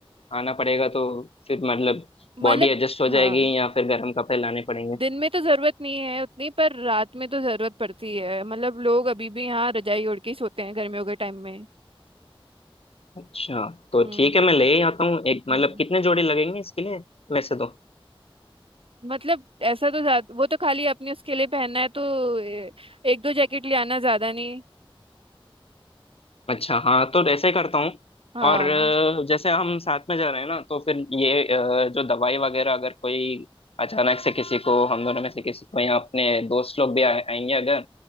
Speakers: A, on the left (about 85°); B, on the right (about 70°).
A: आना पड़ेगा तो फिर मतलब
B: म- मतलब
A: बॉडी एडजस्ट हो
B: हाँ
A: जाएगी या फिर गर्म कपड़े लाने पड़ेंगे
B: दिन में तो जरूरत नहीं है उतनी पर रात में तो जरूरत पड़ती है मतलब लोग अभी भी यहाँ रजाई ओढ़ के ही सोते हैं गर्मियों के टाइम में
A: अच्छा तो
B: हम्म
A: ठीक है मैं ले ही आता हूँ एक मतलब
B: हम्म
A: कितने जोड़ी लगेंगे इसके लिए वैसे तो
B: मतलब ऐसा तो ज्यादा वो तो खाली अपने उसके लिए पहनना है तो ए, एक दो जैकेट ले आना ज्यादा नहीं
A: अच्छा हाँ तो ऐसे ही करता हूँ
B: हाँ
A: और अ, जैसे हम साथ में जा रहे हैं ना तो फिर ये अ, जो दवाई वगैरह अगर कोई अचानक से किसी को हम दोनों में से किसी को या अपने दोस्त लोग भी आए- आएंगे अगर